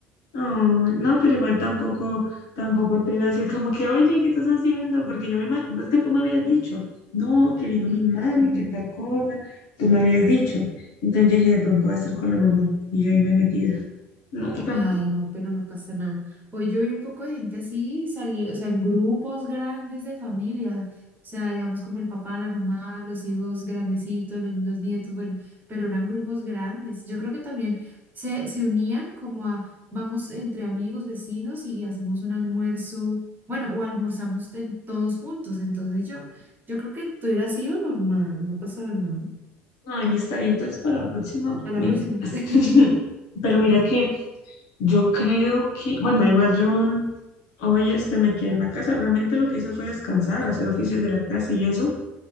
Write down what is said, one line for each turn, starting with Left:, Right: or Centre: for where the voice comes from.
Left: no, pero igual tampoco, tampoco te iba a decir como que, oye, ¿qué estás haciendo? Porque yo me ima- no es que tú me habías dicho, no, que vino
Right: <laughs>
Left: mi mami, que tal cosa, tú me habías dicho. Entonces yo dije, de pronto voy a estar con la mamá. Y yo ahí me metida. No, tampoco.
Right: Ay, no, pero no pasa nada. Hoy yo vi un poco de gente así salir, o sea, en grupos grandes de familia, o sea, digamos como el papá, la mamá, los hijos grandecitos, los, los nietos, bueno, pero eran grupos grandes. Yo creo que también se, se unían como a, vamos entre amigos, vecinos y hacemos un almuerzo, bueno, o almorzamos ten- todos juntos. Entonces yo, yo creo que tú hubiera sido normal, no pasaba nada.
Left: Ay, está bien, entonces para la próxima
Right: A la
Left: me
Right: próxima.
Left: invitas.
Right: <laughs>
Left: <laughs> Pero mira que yo creo que, bueno, igual yo hoy este me quedé en la casa. Realmente lo que hice fue descansar, hacer oficios de la casa y eso.